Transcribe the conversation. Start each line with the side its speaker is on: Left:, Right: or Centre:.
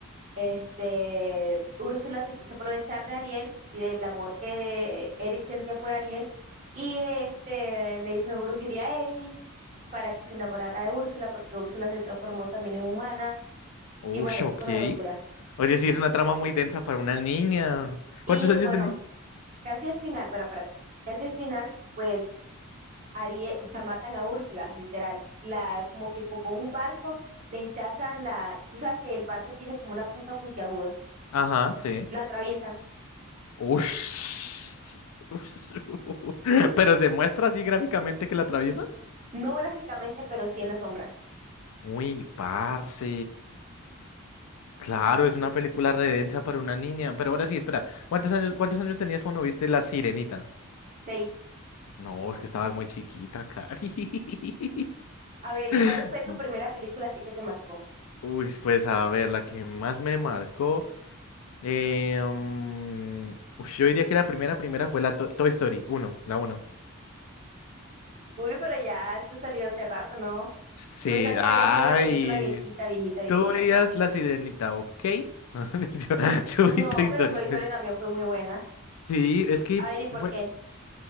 Right: Este, Úrsula se quiso aprovechar de Ariel y del amor que Eric sentía por Ariel y este le hizo una brujería a Eric para que se enamorara de Úrsula porque Úrsula se transformó también en humana
Left: Ush,
Right: y bueno, eso
Left: ok.
Right: fue una locura.
Left: Oye, sí, es una trama muy densa para una niña.
Right: Y
Left: ¿Cuántos años
Right: bueno,
Left: tenía?
Right: casi al final, bueno, espérate, casi al final pues Ariel, o sea, matan a Úrsula, literal. La como que po- con un barco le hinchazan la, tú sabes que el barco tiene como una punta puntiaguda,
Left: Ajá, sí.
Right: la atraviesan,
Left: Ush. <laughs> Pero se muestra así gráficamente que la atraviesa.
Right: no gráficamente, pero sí en la sombra.
Left: Uy, parce. Claro, es una película redensa para una niña. Pero ahora sí, espera. ¿Cuántos años, cuántos años tenías cuando viste La Sirenita?
Right: Seis.
Left: No, es que estabas muy chiquita, Cari. <laughs>
Right: A ver, ¿y cuál fue tu primera película así que te marcó?
Left: Uy, pues a ver, la que más me marcó. eh, mm, ush, yo diría que la primera, primera fue la To- Toy Story uno la uno
Right: Uy, pero ya, esto salió hace rato, ¿no?
Left: Sí,
Right: Yo pensaba que
Left: ay.
Right: había sido una película viejita, viejita, viejita.
Left: Tú veías La Sirenita, ¿ok? <laughs> Yo, yo
Right: No,
Left: vi Toy Story.
Right: pero Toy Story
Left: <laughs>
Right: también fue muy buena.
Left: Sí, es que.
Right: A ver, ¿y por
Left: bueno
Right: qué?